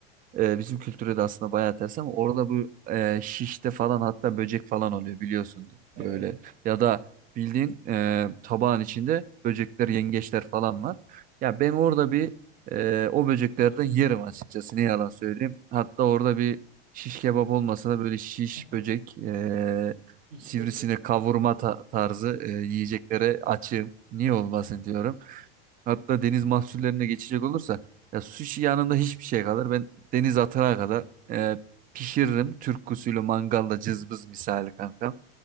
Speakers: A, on the right; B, on the right.
A: e, bizim kültüre de aslında bayağı ters ama orada bu e, şişte falan hatta böcek falan oluyor biliyorsundur
B: Evet.
A: böyle. Ya da bildiğin e, tabağın içinde böcekler, yengeçler falan var. Ya ben orada bir e, o böceklerden yerim açıkçası ne yalan söyleyeyim. Hatta orada bir şiş kebap olmasa da böyle şiş
B: <laughs>
A: böcek e,
B: Hiç
A: sivrisine
B: böcek.
A: kavurma ta- tarzı e, yiyeceklere açığım. Niye olmasın diyorum. Hatta deniz mahsullerine geçecek olursa ya sushi yanında hiçbir şey kalır. Ben deniz atana kadar e, pişiririm. Türk usulü mangalda cızbız misali kankam.